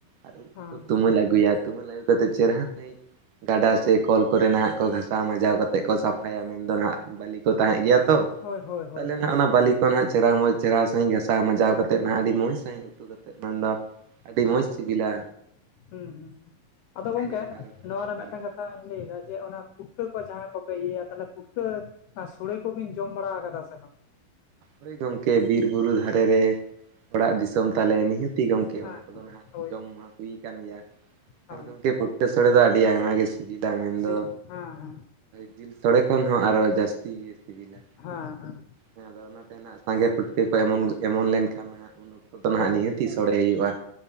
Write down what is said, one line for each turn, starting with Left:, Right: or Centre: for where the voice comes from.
Right: ᱟᱨ ᱩᱲᱠᱩ
Left: ᱦᱮᱸ
Right: ᱠᱚᱠᱚ
Left: ᱦᱮᱸ
Right: ᱛᱩᱢᱟᱹᱞ ᱟᱹᱜᱩᱭᱟ ᱛᱩᱢᱟᱹᱞ ᱟᱹᱜᱩ ᱠᱟᱛᱮᱫ ᱪᱮᱨᱦᱟ ᱥᱟᱺᱦᱤᱡ ᱜᱟᱰᱟ ᱥᱮ ᱠᱚᱞ ᱠᱚᱨᱮ ᱱᱟᱦᱟᱜ ᱠᱚ ᱜᱷᱟᱥᱟᱣ ᱢᱟᱡᱟᱣ ᱠᱟᱛᱮ ᱠᱚ ᱥᱟᱯᱷᱟᱭᱟ ᱢᱮᱱᱫᱚ ᱦᱟᱸᱜ ᱵᱟᱞᱤ ᱠᱚ ᱛᱟᱦᱮᱸ ᱜᱮᱭᱟ ᱛᱚ
Left: ᱦᱳᱭ ᱦᱳᱭ ᱦᱳᱭ
Right: ᱛᱟᱦᱚᱞᱮ
Left: ᱦᱮᱸ
Right: ᱱᱟᱜ ᱚᱱᱟ ᱵᱟᱹᱞᱤ ᱱᱟᱜ ᱪᱮᱦᱨᱟ ᱢᱚᱪ ᱥᱟᱦᱤᱡ ᱜᱷᱟᱥᱟᱣ ᱢᱟᱡᱟᱣ ᱠᱟᱛᱮᱫ ᱱᱟᱦᱟᱜ ᱟᱹᱰᱤ ᱢᱚᱡ ᱥᱟᱦᱤᱡ ᱩᱛᱩ ᱠᱟᱛᱮᱫ ᱢᱮᱱᱫᱚ ᱟᱹᱰᱤ
Left: ᱦᱩᱸ
Right: ᱢᱚᱡᱽ ᱥᱤᱵᱤᱞᱟ
Left: ᱦᱩᱸ ᱦᱩᱸ ᱟᱫᱚ ᱜᱚᱝᱠᱮ
Right: ᱦᱮᱸ ᱟᱨ
Left: ᱱᱚᱣᱟ ᱨᱮ
Right: ᱦᱳᱭ
Left: ᱢᱤᱫᱴᱟᱝ ᱠᱟᱛᱷᱟᱧ ᱞᱟᱹᱭᱮᱫᱟ ᱡᱮ ᱚᱱᱟ ᱯᱷᱩᱴᱠᱟᱹ ᱠᱚ ᱡᱟᱦᱟᱸᱭ ᱠᱚᱯᱮ ᱤᱭᱟᱹᱭᱟ ᱛᱟᱦᱚᱞᱮ ᱯᱩᱴᱠᱟᱹ ᱟᱨ ᱥᱚᱲᱮ ᱠᱚᱵᱤᱱ ᱡᱚᱢ ᱵᱟᱲᱟ ᱠᱟᱫᱟ ᱥᱮ ᱵᱟᱝ?
Right: ᱦᱳᱭ ᱜᱚᱢᱠᱮ ᱵᱤᱨ ᱵᱩᱨᱩ ᱫᱷᱟᱨᱮ ᱨᱮ ᱚᱲᱟᱜ ᱫᱤᱥᱚᱢ ᱛᱟᱞᱮ ᱱᱤᱦᱟᱹᱛ ᱛᱤ ᱜᱚᱢᱠᱮ
Left: ᱦᱮᱸ
Right: ᱚᱱᱟ ᱠᱚᱫᱚ ᱱᱟᱦᱟᱜ
Left: ᱦᱳᱭ
Right: ᱡᱚᱢ ᱢᱟ ᱦᱩᱭ ᱟᱠᱟᱱ ᱜᱮᱭᱟ
Left: ᱦᱳᱭ
Right: ᱟᱨ ᱜᱚᱢᱠᱮ ᱥᱚᱲᱮ ᱫᱚ ᱟᱹᱰᱤ ᱟᱭᱢᱟ ᱜᱮ ᱥᱤᱵᱤᱞᱟ ᱢᱮᱱᱫᱚ
Left: ᱥᱮ ᱦᱮᱸ
Right: ᱡᱤᱞ ᱥᱳᱲᱮ ᱠᱷᱚᱱ ᱦᱚᱸ ᱟᱨᱚ ᱡᱟᱹᱥᱛᱤ ᱜᱮ ᱥᱤᱵᱤᱞᱟ᱾
Left: ᱦᱮᱸ
Right: ᱦᱮᱸ ᱟᱫᱚ ᱚᱱᱟᱛᱮ ᱱᱟᱦᱟᱜ ᱥᱟᱸᱜᱮ ᱯᱩᱴᱠᱟᱹ ᱠᱚ ᱮᱢᱚᱱ ᱚᱢᱚᱱ ᱞᱮᱱᱠᱷᱟᱱ ᱦᱟᱸᱜ ᱩᱱᱟᱹᱜ ᱟᱫᱚ ᱱᱟᱦᱟᱜ
Left: ᱦᱳᱭ
Right: ᱱᱤᱦᱟᱹᱛᱤ ᱜᱮ ᱥᱚᱲᱮ ᱦᱩᱭᱩᱜᱼᱟ